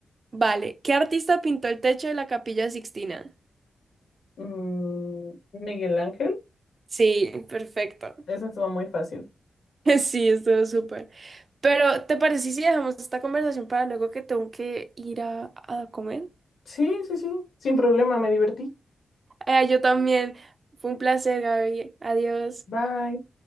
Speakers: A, on the right; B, on the left.
A: Vale, ¿qué artista pintó el techo de la Capilla Sixtina?
B: Mm, Miguel Ángel,
A: Sí, perfecto.
B: esa estuvo muy fácil.
A: <laughs> Sí, estuvo súper. Pero, ¿te parece si dejamos esta conversación para luego que tengo que ir a, a comer?
B: Sí, sí, sí, sin problema, me divertí.
A: Eh, yo también. Fue un placer, Gaby. Adiós.
B: Bye.